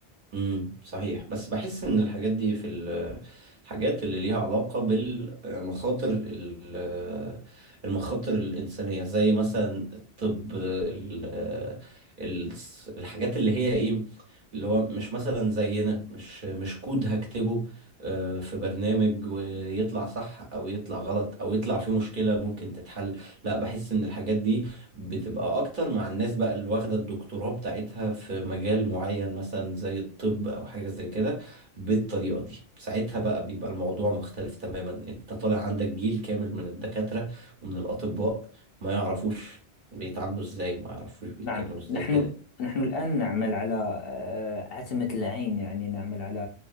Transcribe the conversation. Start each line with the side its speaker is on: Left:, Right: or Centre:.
Right: امم صحيح بس بحس ان الحاجات دي في ال- الحاجات اللي ليها علاقة بالمخاطر ال- المخاطر الإنسانية زي مثلا الطب ال- ال- الحاجات اللي هي ايه اللي هو مش مثلا زينا مش مش كود هكتبه آه، في برنامج ويطلع صح او يطلع غلط او يطلع فيه مشكلة ممكن تتحل لا بحس ان الحاجات دي بتبقى اكتر مع الناس بقى اللي واخده الدكتوراه بتاعتها في مجال معين مثلا زي الطب او حاجه زي كده بالطريقه دي ساعتها بقى بيبقى الموضوع مختلف تماما انت طالع عندك جيل كامل من الدكاتره ومن الاطباء ما يعرفوش بيتعاملوا ازاي ما يعرفوش بيتكلموا
Left: نعم
Right: ازاي
Left: نحن
Right: كده
Left: نحن الآن نعمل على آه، عتمة العين يعني نعمل على